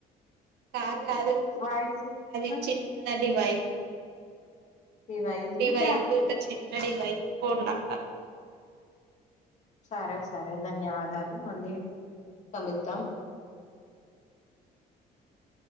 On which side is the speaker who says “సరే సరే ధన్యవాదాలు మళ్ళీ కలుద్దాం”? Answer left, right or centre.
Left